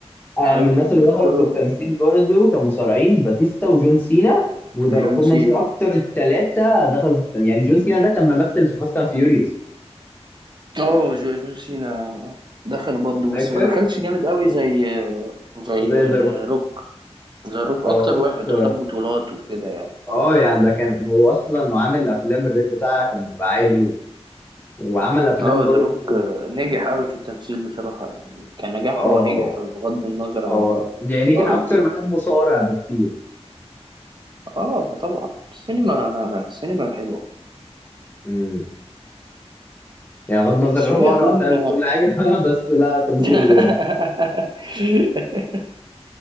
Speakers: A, on the left; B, on the right.
A: آه،
B: عارف
A: من الناس اللي
B: الكورة
A: دخلوا في التمثيل برضو كان مصارعين باتيستا وجون سينا وذا
B: جون
A: روك، هما
B: سينا
A: دول اكتر التلاتة دخلوا في التمثيل يعني جون سينا ده كان ممثل في فاست اند فيوريوس
B: اه جو- جون سينا دخل برضه
A: فاكر
B: بس ما دخلش جامد قوي زي زي
A: زي ذا روك
B: روك زي روك
A: اه
B: أكتر
A: روك
B: واحد خد بطولات وكده يعني
A: اه يعني ده كان هو اصلا عامل افلام الريت بتاعها كان بيبقى عالي و... وعمل افلام
B: اه
A: برضو
B: ذا روك نجح قوي في التمثيل بصراحة يعني كنجاح
A: اه
B: هو نجح قوي بغض النظر عن
A: هو يعني
B: رأيي
A: نجح اكتر
B: فيه
A: ما كان مصارع بكتير
B: اه طبعا السينما السينما حلوة
A: امم يعني بغض النظر
B: بس
A: إن هو
B: في افلام
A: قرع فاهم وكل حاجه <laughs> بس لا تمثيله
B: <laughs>
A: جامد